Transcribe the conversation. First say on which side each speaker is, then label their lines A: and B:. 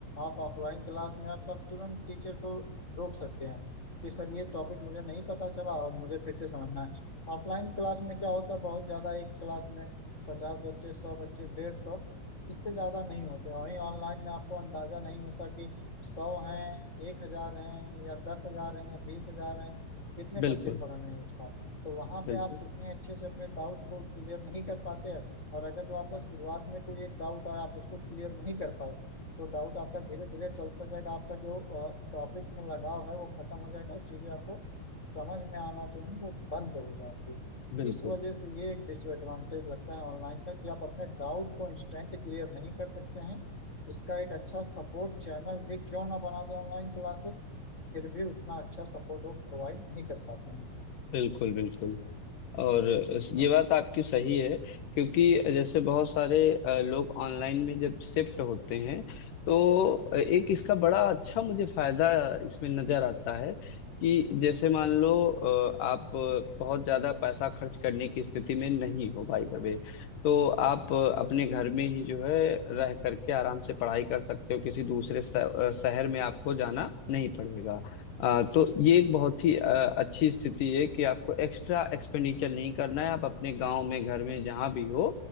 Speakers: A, on the left (about 55°); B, on the left (about 80°).
A: आप ऑफलाइन क्लास में आप तो आप तुरंत टीचर को रोक सकते हैं कि सर ये टॉपिक मुझे नहीं पता चला और मुझे फिर से समझना है ऑफलाइन क्लास में क्या होता है बहुत ज़्यादा एक क्लास में पचास बच्चे सौ बच्चे डेढ़ सौ इससे ज़्यादा नहीं होते वहीं ऑनलाइन में आपको अंदाजा नहीं होता कि सौ हैं एक हजार हैं या दस हजार हैं या बीस हजार हैं कितने
B: बिल्कुल
A: बच्चे पढ़ रहे हैं एक साथ। तो वहां
B: बिल्कुल
A: पे आप उतने अच्छे से अपने डाउट्स को क्लियर नहीं कर पाते हैं और अगर जो आपका शुरुआत में कोई एक डाउट आया आप उसको क्लियर नहीं कर पाए तो डाउट आपका धीरे धीरे चलता जाएगा आपका जो टॉपिक में लगाव है वो खत्म हो जाएगा और चीजें आपको समझ में आना जो है वो बंद हो जाएंगी
B: बिल्कुल
A: इस वजह से ये एक डिसएडवांटेज लगता है ऑनलाइन का कि आप अपने डाउट को इंस्टेंट क्लियर नहीं कर सकते हैं इसका एक अच्छा सपोर्ट चैनल भी क्यों ना बना दें ऑनलाइन क्लासेस फिर भी उतना अच्छा सपोर्ट वो प्रोवाइड नहीं कर पाते हैं
B: बिल्कुल बिल्कुल बिल्कुल और
A: हाँ
B: ये बात आपकी सही है क्योंकि जैसे बहुत सारे अ, लोग ऑनलाइन में जब शिफ्ट होते हैं तो एक इसका बड़ा अच्छा मुझे फायदा इसमें नजर आता है कि जैसे मान लो अ, आप बहुत ज्यादा पैसा खर्च करने की स्थिति में नहीं हो भाई वे तो आप अपने घर में ही जो है रह करके आराम से पढ़ाई कर सकते हो किसी दूसरे श- अ, शहर में आपको जाना नहीं पड़ेगा आ, तो ये एक बहुत ही आ, अच्छी स्थिति है कि आपको एक्स्ट्रा एक्सपेंडिचर नहीं करना है आप अपने गांव में घर में जहां भी हो